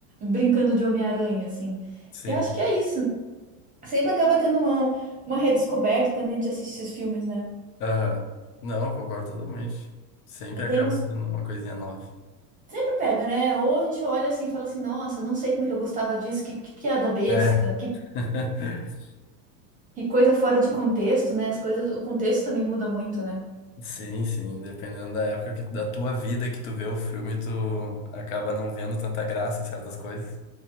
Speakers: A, on the right; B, on the left.
A: brincando de Homem-Aranha, assim.
B: Sim.
A: Eu acho que é isso. Sempre acaba tendo uma, uma redescoberta quando a gente assiste esses filmes, né?
B: Aham. Não, concordo totalmente. Sempre acaba
A: Tem umas.
B: tendo uma coisinha nova.
A: Sempre pega, né? Ou a gente olha assim e fala assim, nossa, não sei como é que eu gostava disso, que, que piada besta,
B: É.
A: que,
B: <laughs>
A: que coisa fora de contexto, né? As coisas, o contexto também muda muito, né?
B: Sim, sim, dependendo da época que, da tua vida que tu vê o filme, tu acaba não vendo tanta graça em certas coisas.